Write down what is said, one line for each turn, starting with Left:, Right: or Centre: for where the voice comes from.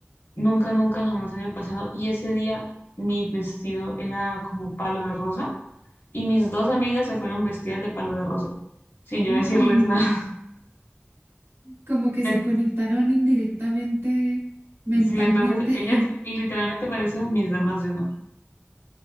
Left: nunca, nunca jamás había pasado. Y ese día mi vestido era como palo de rosa. y mis dos amigas se fueron vestidas de palo de rosa, sin yo
Right: Uy,
Left: decirles nada.
Right: como
Left: <laughs>
Right: que
Left: En-
Right: se conectaron indirectamente, mentalmente,
Left: Sí, entonces ellas literalmente parecían mis damas de honor,